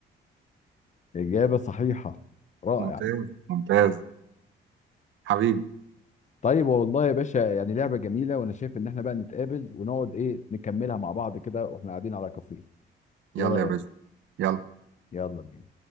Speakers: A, on the left; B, on the right.
A: إجابة صحيحة رائع
B: ممتاز ممتاز حبيبي
A: طيب والله يا باشا يعني لعبة جميلة وانا شايف ان احنا بقى نتقابل ونقعد ايه نكملها مع بعض كده واحنا قاعدين على كافيه
B: يلا
A: ايه رأيك
B: يا باسم يلا
A: يلا بينا